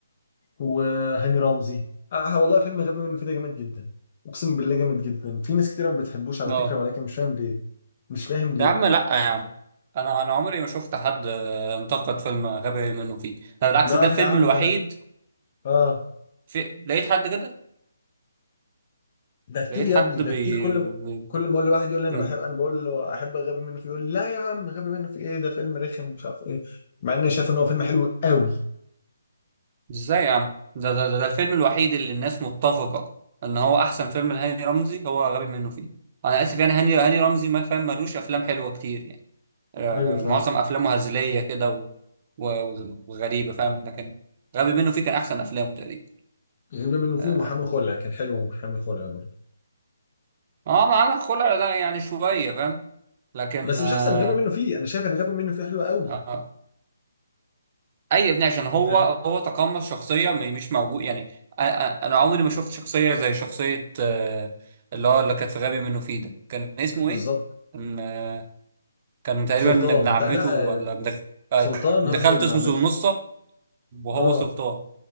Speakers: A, on the left; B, on the right.
A: وهاني رمزي آه والله فيلم غبي منه فيه ده جامد جدا أقسم بالله جامد جدا في ناس كتير ما بتحبوش على
B: اه
A: فكرة ولكن مش فاهم ليه مش فاهم ليه
B: يا عم لا يا عم انا انا عمري ما شفت حد آه، انتقد فيلم غبي منه فيه ده بالعكس
A: لا
B: ده الفيلم
A: يا عم
B: الوحيد
A: ده أنا آه
B: في... لقيت حد كده
A: ده كتير
B: لقيت
A: يا
B: حد
A: ابني ده
B: بي
A: كتير كل
B: بي-
A: كل ما اقول لواحد يقول لي انا
B: بي-
A: بحب انا بقول له احب غبي منه فيه يقول لي لا يا عم غبي منه فيه ايه ده فيلم رخم مش عارف ايه مع اني شايف ان هو فيلم حلو قوي
B: ازاي يا عم ده ده, ده ده الفيلم الوحيد اللي الناس متفقة ان هو احسن فيلم لهاني رمزي هو غبي منه فيه انا اسف يعني هاني هاني رمزي ما فاهم ملوش افلام حلوة كتير يعني آه
A: ايوه فعلا
B: معظم افلامه هزلية كده و... و... وغريبة فاهم لكن غبي منه فيه كان احسن افلامه تقريبا
A: غبي منه فيه
B: اه
A: ومحامي خلع كان حلو ومحامي خلع برضه
B: آه، ما عمل خلع لا يعني شوية فاهم لكن
A: بس
B: آه
A: مش احسن من غبي منه فيه انا شايف ان غبي منه فيه حلو قوي
B: آه اي ابني عشان هو
A: فاهم
B: هو تقمص شخصيه م- مش موجود يعني أ- أ- انا عمري ما شفت شخصيه زي شخصيه آه، اللي هو اللي كانت في غبي منه فيه ده كان اسمه
A: بالظبط
B: ايه كان آه، كان تقريبا
A: سلطان
B: ابن عمته
A: ده لا
B: ولا
A: آه،
B: ابن خ- آه،
A: سلطان
B: ابن
A: هو اللي
B: خالته
A: ابن
B: اسمه
A: عمته
B: سلنصة وهو
A: اه
B: سلطان